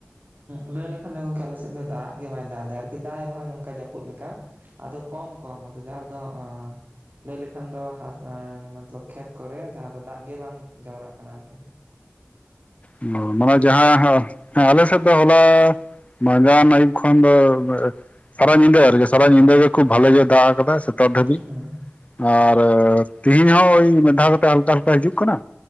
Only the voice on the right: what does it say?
ᱩ ᱞᱟᱹᱭ ᱞᱮᱠᱷᱟᱱ ᱫᱚ ᱜᱝᱠᱮ ᱟᱞᱮ ᱥᱮᱫ ᱫᱚ ᱫᱟᱜ ᱜᱮ ᱵᱟᱭ ᱫᱟᱜ ᱮᱫᱟ ᱟᱨᱠᱤ ᱫᱟᱜ ᱮ ᱨᱮᱚᱦᱚᱭ ᱱᱚᱝᱠᱟ ᱡᱟᱹᱯᱩᱫ ᱞᱮᱠᱟ᱾ ᱟᱫᱚ ᱠᱚᱢ ᱠᱚᱢ ᱟᱫᱚ ᱡᱟᱦᱟᱸ ᱨᱮᱫᱚ ᱞᱟᱹᱭ ᱞᱮᱠᱷᱟᱱ ᱫᱚ ᱦᱟᱸᱜ ᱢᱚᱛᱞᱚᱵ ᱠᱷᱮᱛ ᱠᱚᱨᱮ ᱡᱟᱦᱟᱸ ᱫᱚ ᱫᱟᱜ ᱜᱮ ᱵᱟᱝ ᱡᱟᱣᱨᱟᱜ ᱠᱟᱱᱟ ᱟᱨᱠᱤ ᱾
ᱪᱮᱫ ᱞᱮᱠᱟ?
ᱦᱩᱸ